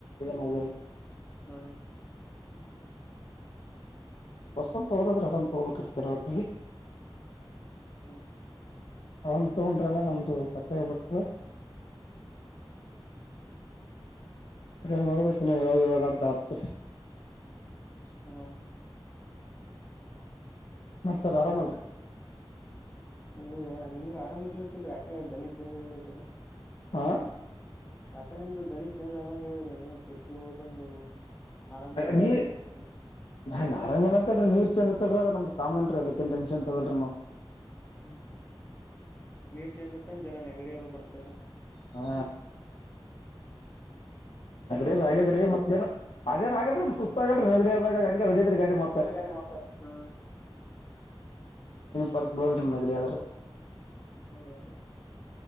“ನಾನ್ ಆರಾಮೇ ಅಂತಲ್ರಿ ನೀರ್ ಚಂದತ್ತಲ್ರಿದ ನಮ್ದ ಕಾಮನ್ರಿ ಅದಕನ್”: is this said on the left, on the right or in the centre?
Left